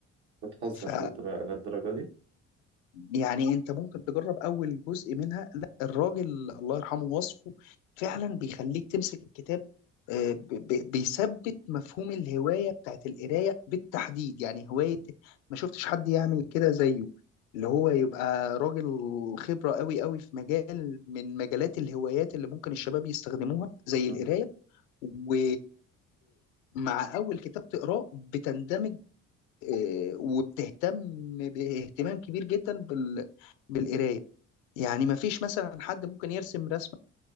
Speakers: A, on the right; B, on the left.
A: بتهزر
B: ف
A: للدر- للدرجة دي
B: يعني انت ممكن تجرب اول جزء منها لا الراجل الله يرحمه وصفه فعلا بيخليك تمسك الكتاب آه، ب- ب- بيثبت مفهوم الهوايه بتاعت القرايه بالتحديد يعني هوايه ما شفتش حد يعمل كده زيه اللي هو يبقى راجل خبره قوي قوي في مجال من مجالات الهوايات اللي ممكن الشباب يستخدموها زي
A: اه
B: القرايه و مع اول كتاب تقراه بتندمج إيه، وبتهتم باهتمام كبير جدا بال... بالقرايه يعني ما فيش مثلا حد ممكن يرسم رسمه